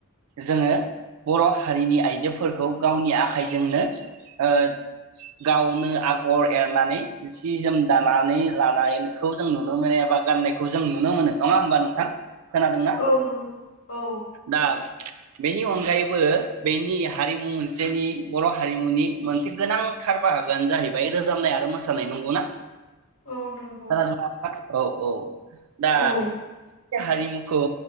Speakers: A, on the right; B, on the left.
A: जोङो बर' हारिनि आइ जोफोरखौ गावनि आखाइ जोंनो ओ गावनो आगर एरनानै जि-जोम दानानै लानायखौ जों नुनो मोनो एबा गाननायखौ जों नुनो मोनो। नङा होमबा नोंथां खोनादोंना
B: औ नंगौ औ
A: दा बेनि अनगायैबो बेनि हारिमु मोनसेनि बर' हारिमुनि मोनसे गोनांथार बाहागोआनो जाहैबाय रोजाबनाय आरो मोसानाय नंगौना
B: औ नंगौ
A: खोनादों ना नोंथां औ औ दा
B: औ
A: हारिमुखौ